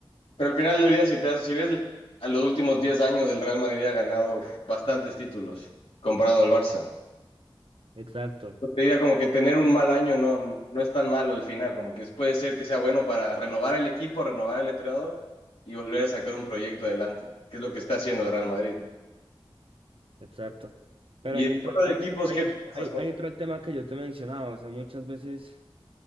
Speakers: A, on the left; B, on the right.
A: Pero al final del día, si, te das- si ves a los últimos 10 años del Real Madrid ha ganado uf, bastantes títulos comparado al Barça.
B: Exacto,
A: Yo Te diría como que tener un mal año no, no es tan malo el final, como que puede ser que sea bueno para renovar el equipo, renovar el entrenador y volver a sacar un proyecto adelante, que es lo que está haciendo el Real Madrid.
B: exacto. Pero
A: Y
B: ahí
A: de
B: entra,
A: todos los equipos,
B: ahí,
A: ¿qué
B: en-
A: pasa?
B: ahí, ahí entra el tema que yo te mencionaba, o sea, muchas veces...